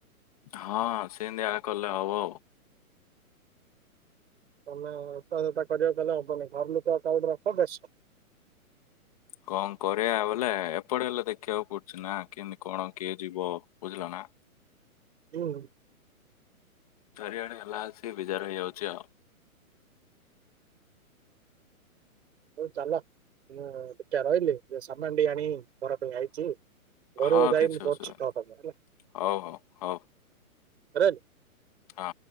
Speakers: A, on the left; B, on the right.
A: ହଁ ସେମିତି କଲେ ହବ ଆଉ।
B: ତମେ ଏତା ସତା କର କଲେ ହବନି ତକାଉଡ ରଖ କେଶ
A: କଣ କରିବା ବଲେ ଏପଟେ ହେଲେ ଦେଖିବାକୁ ପଡୁଛି ନା କେମତି କଣ କିଏ ଯିବ ବୁଝିଲ ନା।
B: ହୁଁ।
A: ଚାରି ଆଡ଼େ ହେଲା ସେ ବିଚାର ଯାଉଛି ଆଉ।
B: ହଉ ଚାଲ ମୁଁ ଏକା ରହିଲି ସାମାନ ଟେ ଆଣି ଘର ପାଇଁ ଆଇଛି ଘରୁ
A: ହଁ ହଁ,
B: ଯାଇ
A: କିଛି
B: ମୁଁ
A: ଅସୁବିଧା
B: କରୁଛି
A: ନାହିଁ
B: ତ ପାଇଁ ହେଲା।
A: ହଉ ହଉ ହଉ
B: <unintelligible>
A: ହଁ।